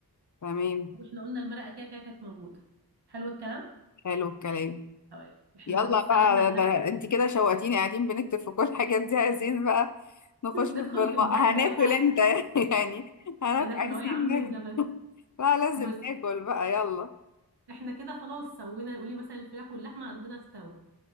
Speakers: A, on the left; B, on the right.
A: تمام
B: واحنا قلنا المرقة كده كده كانت موجودة حلو الكلام
A: حلو الكلام
B: طيب احنا
A: يلا
B: خلاص سلقنا
A: بقى
B: اللحم
A: ده, ده
B: <laughs>
A: انت كده شوقتيني قاعدين بنكتب في كل الحاجات دي عايزين بقى نخش في
B: ندخل
A: الم...
B: في الجد
A: هناكل
B: بقى
A: امتى <laughs> يعني هناكل
B: هناكل
A: عايزين
B: اهو يا عم
A: ناكل
B: اهدى بس
A: <laughs> لا لازم
B: بص
A: ناكل بقى يلا
B: احنا كده خلاص سوينا قولي مثلا الفراخ واللحمة عندنا استوى